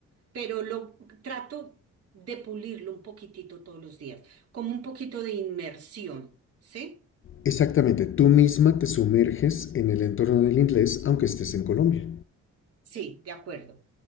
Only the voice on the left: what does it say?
Exactamente, tú misma te sumerges en el entorno del inglés aunque estés en Colombia.